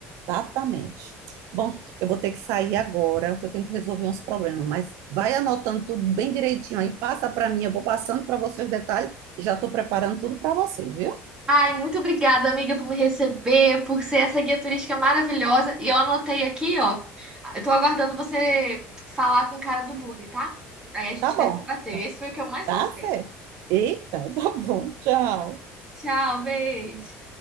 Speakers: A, on the right (about 65°); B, on the right (about 15°).
A: Exatamente. Bom, eu vou ter que sair agora, porque eu tenho que resolver uns problemas, mas vai anotando tudo bem direitinho aí, passa para mim, eu vou passando para você os detalhes e já estou preparando tudo para você, viu?
B: Ai, muito obrigada, amiga, por me receber, por ser essa guia turística maravilhosa. E eu anotei aqui, ó. Eu tô aguardando você falar com o cara do bug, tá? Aí a gente
A: Tá bom,
B: faz esse passeio. Esse foi o que eu mais
A: tá,
B: gostei.
A: Fê? Eita, <laughs> tá bom, tchau.
B: Tchau, beijo.